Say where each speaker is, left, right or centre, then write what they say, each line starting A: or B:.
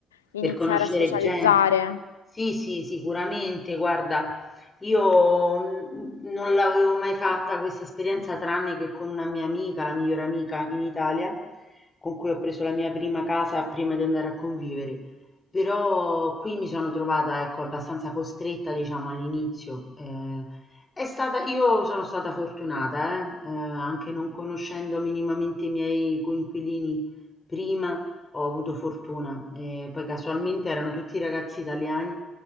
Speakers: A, on the left (about 80°); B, on the left (about 25°).
A: iniziare
B: Per conoscere
A: a socializzare.
B: gente. Sì, sì, sicuramente. Guarda, io mh, non l'avevo mai fatta questa esperienza tranne che con una mia amica, la migliore amica in Italia, con cui ho preso la mia prima casa prima di andare a convivere. Però qui mi sono trovata, ecco, abbastanza costretta, diciamo, all'inizio. Eh, è stata, io sono stata fortunata, eh, eh, anche non conoscendo minimamente i miei coinquilini prima ho avuto fortuna. E poi casualmente erano tutti ragazzi italiani